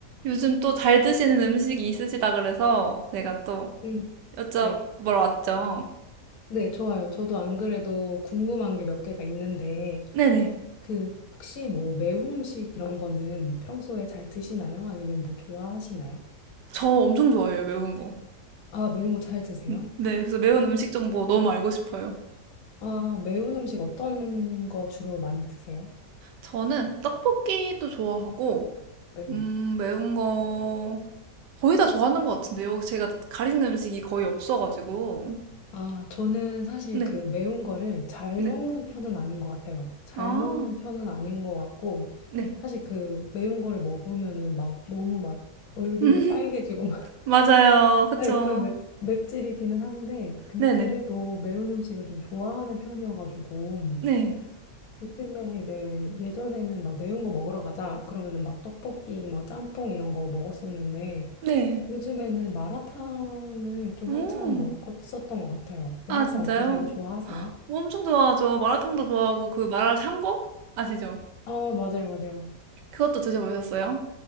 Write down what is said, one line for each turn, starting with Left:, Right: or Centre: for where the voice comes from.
Right: 요즘 또 잘 드시는 음식이 있으시다 그래서 제가 또
Left: 음,
Right: 여쭤보러
Left: 네.
Right: 왔죠.
Left: 네, 좋아요. 저도 안 그래도 궁금한 게 몇 개가 있는데,
Right: 네네.
Left: 그, 혹시 뭐 매운 음식 이런 거는 평소에 잘 드시나요? 아니면 뭐 좋아하시나요?
Right: 저 엄청 좋아해요, 매운 거.
Left: 아, 매운 거 잘 드세요?
Right: 음, 네, 그래서 매운 음식 정보 너무 알고 싶어요.
Left: 아, 매운 음식 어떤 거 주로 많이 드세요?
Right: 저는 떡볶이도 좋아하고,
Left: 네.
Right: 음, 매운 거 거의 다 좋아하는 것 같은데요. 제가 가리는 음식이 거의 없어가지고.
Left: 아, 저는 사실
Right: 네,
Left: 그 매운 거를 잘
Right: 네.
Left: 먹는 편은 아닌 것 같아요. 잘
Right: 아,
Left: 먹는 편은 아닌 것 같고,
Right: 네.
Left: 사실 그 매운 거를 먹으면은 막 너무 막 얼굴도
Right: <laughs>
Left: 빨개지고
Right: 맞아요. 그쵸.
Left: 네, 그런 맵, 맵찔이기는 한데, 근데
Right: 네네.
Left: 그래도 매운 음식을 좀 좋아하는 편이어가지고,
Right: 네,
Left: 요즘에 이제 예전에는 막 매운 거 먹으러 가자, 그러면은 막 떡볶이, 막 짬뽕 이런 거 먹었었는데,
Right: 네.
Left: 요즘에는 마라탕을 좀
Right: 오,
Left: 한참 먹었었던 것 같아요. 마라탕
Right: 아, 진짜요?
Left: 어떠세요? 좋아하세요?
Right: 뭐 엄청 좋아하죠. 마라탕도 좋아하고 그 마라 샹궈 아시죠?
Left: 아, 맞아요, 맞아요.
Right: 그것도 드셔보셨어요?